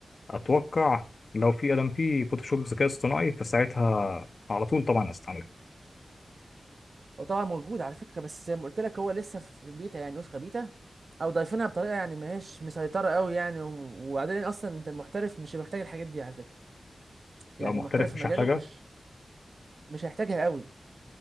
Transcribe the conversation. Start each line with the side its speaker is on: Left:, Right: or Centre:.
Left: اتوقع لو في ادم فيه فوتوشوب ذكاء اصطناعي فساعتها على طول طبعا هستعمله
Right: هو طبعا موجود على فكرة بس زي ما قلت لك هو لسه في بيتا يعني نسخة بيتا او ضايفينها بطريقة يعني ما هيش مسيطرة قوي يعني و- وبعدين اصلا انت المحترف مش محتاج الحاجات دي على فكرة يعني
Left: لو محترف
Right: محترف في
Left: مش
Right: مجاله
Left: هحتاجها
Right: مش مش هيحتاجها قوي